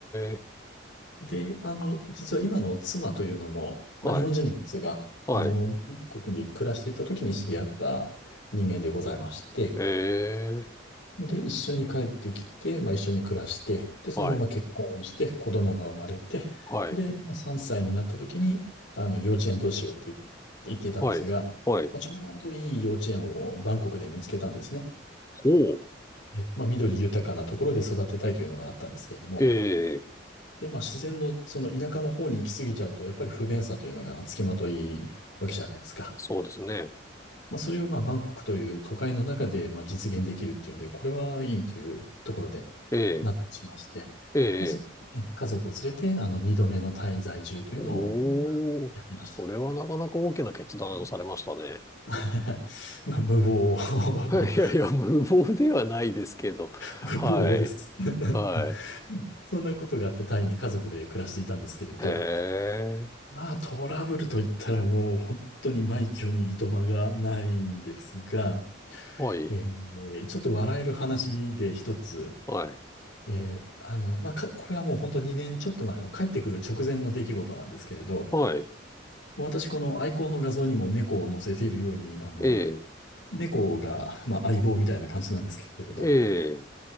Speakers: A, on the left (about 15°); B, on the left (about 65°).
A: え、
B: で、あの、実は今の妻というのも、
A: はい、
B: まあ、日本人なんですが、
A: はい。
B: あの、韓国に暮らしていた時に知り合った人間でございまして、
A: ええ、
B: で、一緒に帰ってきて、まあ、一緒に暮らして、で、そのまま結婚をして、
A: はい、
B: 子供が生まれて、
A: はい、
B: で、まあ、3歳になった時に、あの、幼稚園どうしようって言って言っていたんですが、
A: はい、はい。
B: まあちょうどいい幼稚園をバンコクで見つけたんですね。
A: ほう。
B: え、まあ、緑豊かなところで育てたいというのがあったんですけれども、
A: ええ、
B: で、まあ、自然のその田舎の方に行き過ぎちゃうと、やっぱり不便さというのが付きまといわけじゃないですか。
A: そうですね。
B: まあ、それをまあ、バンコクという都会の中でまあ実現できるっていうんで、これはいいというところで
A: ええ、
B: 納得しまして、
A: ええ。
B: まあ、そうん家族を連れて、あの、二度目のタイ在住というのをあやっていました。
A: おー、それはなかなか大きな決断をされましたね。
B: <laughs> まあ、無謀。<laughs>
A: <laughs> いやいや、無謀ではないですけど。
B: 無謀です。
A: はい。
B: <laughs>
A: はい。
B: そんなことがあってタイに家族で暮らしていたんですけれど、
A: へえ。
B: まあトラブルといったらもう本当に枚挙にいとまがないんですが、
A: はい。
B: えーちょっと笑える話で一つ、
A: はい。
B: えーあの、まあか、これはもう本当2年ちょっと前の帰ってくる直前の出来事なんですけれど、
A: はい。
B: もう私このアイコンの画像にも猫を載せているように、あの、
A: ええ。
B: 猫が、まあ、相棒みたいな感じなんですけれど、
A: ええ。